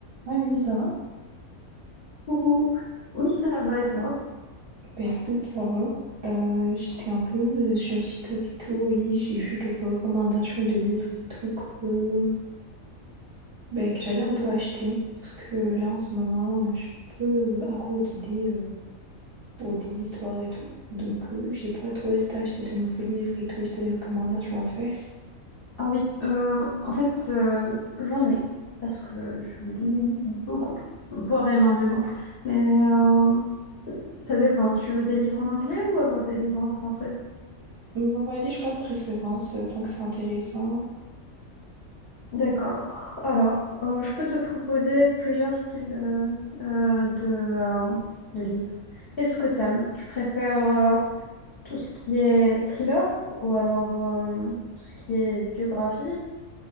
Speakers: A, on the right; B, on the left.
A: Salut Sarah.
B: Coucou. Oui, ça va et toi?
A: Bah écoute Sarah, euh, j'étais un peu euh, sur TikTok et tout et j'ai vu quelques recommandations de livres et tout que, bah, que j'allais un peu acheter parce que là en ce moment euh, je suis un peu euh, à court d'idées pour des histoires et tout. Donc, euh, je sais pas, toi, si t'as acheté de nouveaux livres et tout, si t'as des recommandations à me faire.
B: Ah oui, euh, en fait, euh, j'en ai parce que je lis beaucoup, voire énormément. Mais euh, ça dépend. Tu veux des livres en anglais ou alors des livres en français?
A: En vérité, j'ai pas de préférence, euh, tant que c'est intéressant.
B: D'accord. Alors, euh, je peux te proposer plusieurs styles de, euh, de, euh, de livres. Qu'est-ce que t'aimes? Tu préfères euh, tout ce qui est thriller ou alors euh, tout ce qui est biographie